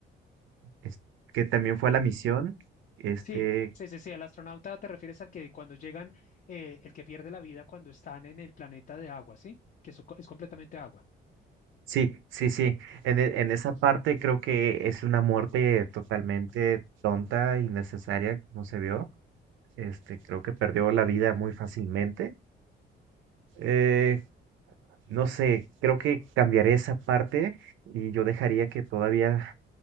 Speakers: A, on the right; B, on the left.
A: es- que también
B: Sí,
A: fue a la misión? Este,
B: sí, sí, sí. sí, Al astronauta te refieres al que cuando llegan, eh, el que pierde la vida cuando están en el planeta de agua, ¿sí? Que eso co- es completamente agua.
A: sí, sí, sí, en, e- en esa parte creo que es una muerte totalmente tonta, innecesaria, como se vio. Este, creo que perdió la vida muy fácilmente. Eh, no sé, creo que cambiaré esa parte y yo dejaría que todavía